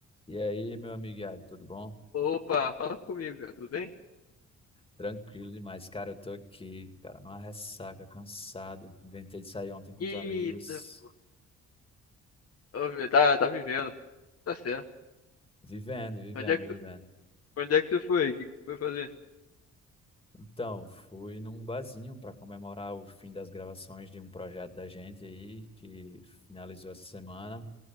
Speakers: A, on the left; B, on the left.
A: E aí, meu amigo Iago, tudo bom?
B: Opa, fala comigo, cara, tudo bem?
A: Tranquilo demais, cara. Eu tô aqui, cara, numa ressaca, cansado. Inventei de sair ontem com
B: Eita,
A: os amigos.
B: pô. Ô, velho, tá, tá vivendo, tá certo.
A: Vivendo, vivendo,
B: Onde é que tu,
A: vivendo.
B: onde é que você foi? O que que tu foi fazer?
A: Então, fui num barzinho para comemorar o fim das gravações de um projeto da gente aí, que finalizou essa semana.